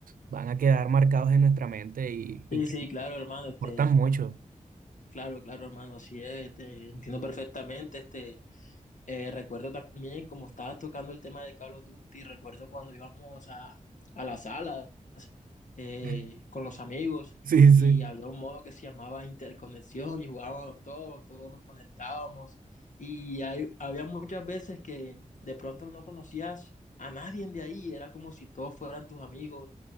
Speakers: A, on the right; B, on the left.
A: van a quedar marcados en nuestra mente y, y
B: Sí,
A: que
B: sí, claro, hermano,
A: importan
B: este,
A: mucho.
B: claro, claro, hermano, así es, este, entiendo perfectamente, este, Eh, recuerdo también, como estabas tocando el tema de Call of Duty, recuerdo cuando íbamos a, a las salas eh,
A: <laughs>
B: con los amigos
A: Sí, sí.
B: y había un modo que se llamaba interconexión y jugábamos todos, todos nos conectábamos y hay- había muchas veces que de pronto no conocías a nadie de ahí, era como si todos fueran tus amigos,